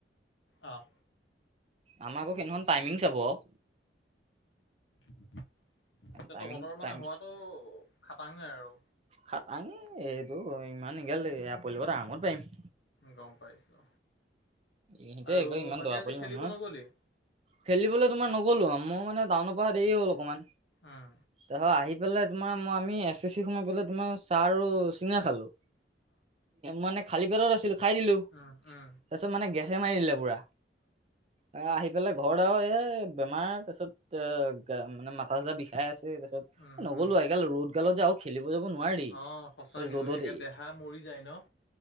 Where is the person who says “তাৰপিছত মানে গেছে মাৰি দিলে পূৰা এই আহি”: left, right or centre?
Right